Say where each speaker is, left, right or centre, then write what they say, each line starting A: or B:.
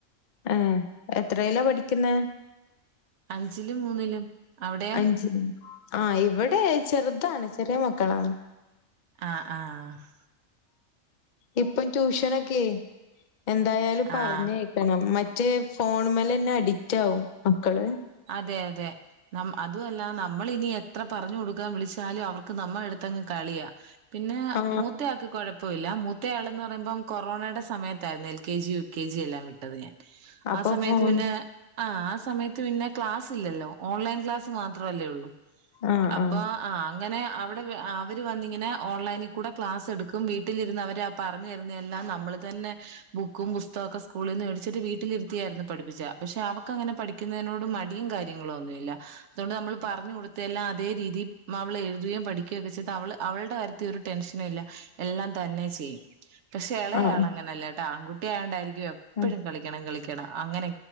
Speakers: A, on the left; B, on the right.
A: എഹ് എത്രേലാ പഠിക്കുന്നേ
B: അഞ്ചിലും മൂന്നിലും അവിടെയോ?
A: ഉ <inaudible> ആഹ് ഇവിടെ ചെറുതാണ് ചെറിയ മക്കളാണ്
B: ആഹ് ആഹ്
A: ഇപ്പം ട്യൂഷനൊക്കെ എന്തായാലും പറഞ്ഞയക്ക്
B: ആഹ്
A: ക്കണം മറ്റ് ഫോണ് മ്മെലെന്നെ അഡിക്റ്റ് ആകും മക്കള്
B: അതെ അതെ നമ് അതുവല്ല നമ്മൾ ഇനി എത്ര പറഞ്ഞു കൊടുക്കാൻ വിളിച്ചാലും അവർക്ക് നമ്മ എടുത്തങ്ങ് കളിയാ പിന്നെ
A: ആ
B: മൂത്തയാക്ക് കൊഴപ്പ് പ്പൊല്ല മൂത്ത ആള്ന്ന് പറയുമ്പം കൊറോണയുടെ സമയത്തായിരുന്നു L K G U K G എല്ലാം വിട്ടത് ഞാൻ
A: അപ്പൊ
B: ആ സമയത്ത്
A: ഫോൺ
B: പിന്നെ ആഹ് ആ സമയത്ത് പിന്നെ ക്ലാസ്സില്ലല്ലോ ഓൺലൈൻ ക്ലാസ്സ് മാത്രല്ലേ ഒള്ളൂ
A: ആ
B: അപ്പ
A: ആ
B: ആഹ് അങ്ങനെ അവിടെ അവർ വന്നിങ്ങനെ ഓൺലൈനിൽ കൂടെ ക്ലാസ് എടുക്കും വീട്ടിലിരുന്ന് അവരെ പറഞ്ഞു തരുന്നതെല്ലാം നമ്മൾ തന്നെ ബുക്കും പുസ്തകമൊക്കെ സ്കൂളിൽ നിന്ന് മേടിച്ചിട്ട് വീട്ടിലിരുത്തിയായിരുന്നു പഠിപ്പിച്ച പക്ഷെ അവക്ക് അങ്ങനെ പഠിക്കുന്നതിനോട് ഇയും കാര്യങ്ങളോ ഒന്നുല്ല അതുകൊണ്ട് നമ്മൾ പറഞ്ഞു കൊടുത്ത എല്ലാം അതേ രീതി അവള് എഴുതയയും പഠിക്കുകയ ഒക്കെ ചെയ്ത് അവള് അവളുടെ കാര്യത്തി ത്തി ഒരു ടെൻഷനും ഇല്ല എല്ലാം തന്നെ ചെയ്യും പക്ഷെ ഇളയാള
A: ആ
B: അങ്ങനെല്ല കേട്ടോ ആൺകുട്ടിയായോണ്ടായിരിക്കും എപ്പോഴും
A: ഉം.
B: കളിക്കണം കളിക്കണം അങ്ങനെ